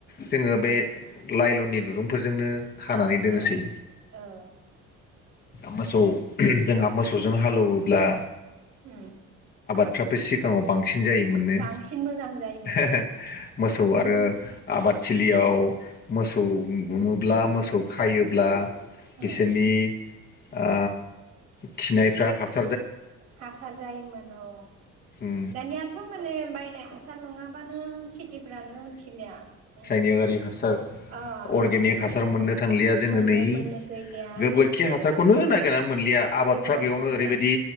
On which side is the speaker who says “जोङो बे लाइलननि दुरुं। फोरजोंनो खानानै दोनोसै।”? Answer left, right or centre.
Left